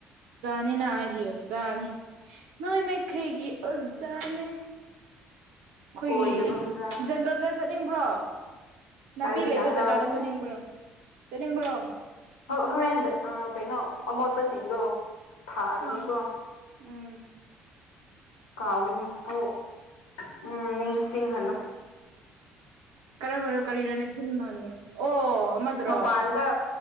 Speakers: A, on the right; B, on the left.
A: ꯅꯤ ꯅ ꯍꯥꯏꯗꯤ ꯆꯥꯅꯤ ꯅꯣꯏ ꯃꯈꯩꯒꯤ ꯑꯣꯖꯥꯅꯦ ꯑꯩꯈꯣꯏꯒꯤ
B: ꯑꯣꯏꯗꯕ ꯑꯣꯖꯥ
A: ꯖꯪꯒꯜꯗ ꯆꯠꯅꯤꯡꯕ꯭ꯔꯣ ꯅꯥꯄꯤ
B: ꯀꯔꯤ
A: ꯂꯩꯕ
B: ꯗꯥꯡꯒꯜꯅꯣꯗ
A: ꯖꯒꯥꯗ ꯆꯠꯅꯤꯡꯕ꯭ꯔꯣ ꯆꯠꯅꯤꯡꯕ꯭ꯔꯣ
B: ꯍꯣꯔꯦꯟꯗ ꯀꯩꯅꯣ ꯑꯃꯣꯠꯄꯁꯤꯡꯗꯣ ꯊꯥꯒꯅꯤꯀꯣ
A: ꯑꯥ ꯎꯝ
B: ꯀꯥꯎꯒꯅꯤ ꯑꯣ ꯎꯝ ꯅꯤꯡꯁꯤꯡꯍꯜꯂꯣ
A: ꯀꯔꯝꯕꯅꯣ ꯀꯔꯤꯅꯣ ꯅꯤꯡꯁꯤꯡꯟꯕ ꯃꯥꯟꯕ ꯑꯣ ꯑꯃꯗꯨꯔꯣ
B: ꯃꯄꯥꯟꯗ